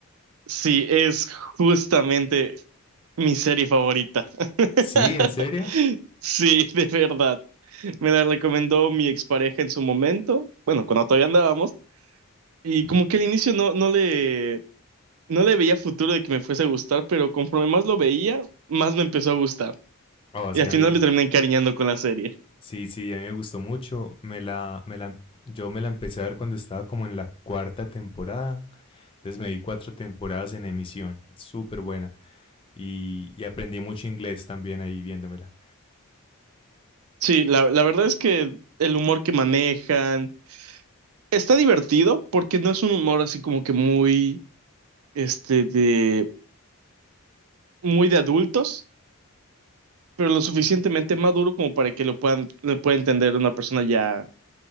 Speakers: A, on the right (about 70°); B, on the left (about 25°).
A: Sí, es justamente mi serie favorita. <laughs>
B: Sí, ¿en serio?
A: Sí, de verdad. Me la recomendó mi expareja en su momento, bueno, cuando todavía andábamos, y
B: Sí.
A: como que al inicio no, no le, no le veía futuro de que me fuese a gustar, pero conforme más lo veía, más me empezó a gustar.
B: Ah,
A: Y
B: sí,
A: al
B: a
A: final
B: mí,
A: me terminé encariñando con la serie.
B: sí, sí, a mí me gustó mucho. Me la, me la, yo me la empecé a ver cuando estaba como en la cuarta temporada. Entonces me vi cuatro temporadas en emisión. Súper buena. Y, y aprendí mucho inglés también ahí viéndomela.
A: Sí, la, la verdad es que el humor que manejan está divertido porque no es un humor así como que muy este, de muy de adultos, pero lo suficientemente maduro como para que lo puedan, lo pueda entender una persona ya